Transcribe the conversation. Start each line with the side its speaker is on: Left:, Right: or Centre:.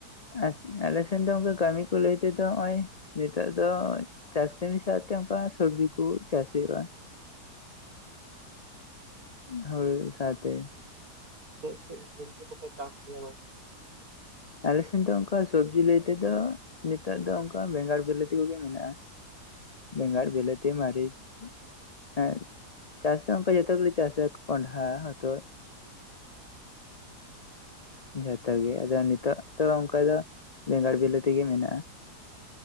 Left: ᱮᱸ ᱟᱞᱮ ᱥᱮᱱ ᱫᱚ ᱚᱱᱠᱟ ᱠᱟᱹᱢᱤ ᱠᱚ ᱞᱟᱹᱭ ᱛᱮ ᱦᱚᱜᱼᱚᱭᱼᱼ ᱱᱤᱛᱚᱜ ᱫᱚ ᱪᱟᱥ ᱠᱟᱹᱢᱤ ᱥᱟᱶᱛᱮ ᱚᱱᱠᱟ ᱥᱩᱵᱽᱡᱤ ᱠᱩ ᱪᱟᱥ ᱦᱩᱭᱩᱜ-ᱟ᱾ ᱦᱳᱲᱳ ᱥᱟᱶᱛᱮᱼᱼ
Right: ᱪᱮᱜ ᱪᱮᱜ ᱥᱚᱵᱽᱡᱤ ᱠᱚ ᱯᱮ ᱪᱟᱥ ᱜᱮᱭᱟ, ᱜᱚᱝᱼᱼ
Left: ᱟᱞᱮ ᱥᱮᱱ ᱫᱚ ᱚᱱᱠᱟ ᱥᱚᱵᱽᱡᱤ ᱞᱟᱹᱭ ᱛᱮᱫᱚ ᱱᱤᱛᱚᱜ ᱫᱚ ᱚᱱᱠᱟ ᱵᱮᱸᱜᱟᱲ ᱵᱤᱞᱟᱹᱛᱤ ᱠᱚᱜᱮ ᱢᱮᱱᱟᱜ-ᱟ᱾ ᱵᱮᱸᱜᱟᱲ, ᱵᱤᱞᱟᱹᱛᱤ, ᱢᱟᱨᱤᱪᱼᱼ ᱦᱮᱸ ᱪᱟᱥ ᱫᱚ ᱚᱱᱠᱟ ᱡᱚᱛᱚ ᱜᱮᱞᱮ ᱪᱟᱥᱟ ᱠᱚᱱᱰᱷᱦᱟ ᱦᱚᱛᱚᱫᱼᱼ ᱡᱷᱚᱛᱚ ᱜᱮ ᱟᱫᱚ ᱱᱤᱛᱚᱜ ᱫᱚ ᱚᱱᱠᱟ ᱫᱚ ᱵᱮᱸᱜᱟᱲ ᱵᱤᱞᱟᱹᱛᱤ ᱜᱮ ᱢᱮᱱᱟᱜ-ᱟ᱾